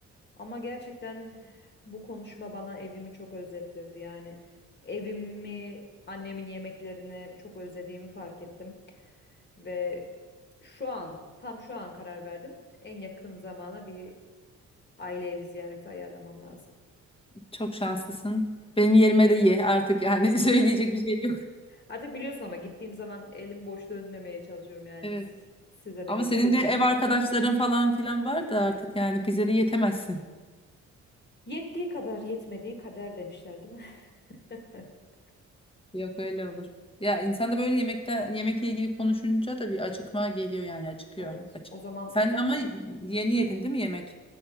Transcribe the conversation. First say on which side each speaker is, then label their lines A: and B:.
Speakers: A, on the left; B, on the left.
A: Ama gerçekten bu konuşma bana evimi çok özlettirdi. Yani evimi, annemin yemeklerini çok özlediğimi fark ettim. Ve şu an, tam şu an karar verdim. En yakın zamana bir aile evi ziyareti ayarlamam lazım.
B: Çok şanslısın. Benim yerime de ye artık yani <laughs> söyleyecek bir şey yok.
A: Artık biliyorsun ama gittiğim zaman elim boş dönmemeye çalışıyorum yani.
B: Evet.
A: Siz- Size
B: Ama
A: de getirmeye
B: senin de ev
A: çalışıyorum.
B: arkadaşların falan filan var da artık yani bize de yetemezsin.
A: Yettiği kadar yetmediği kader demişler değil mi? <laughs>
B: Yok öyle olur. Ya insan da böyle yemekten yemekle ilgili konuşunca da bir acıkma geliyor yani acıkıyor.
A: Evet.
B: Acık.
A: O zaman
B: Sen ama yeni yedin değil mi yemek?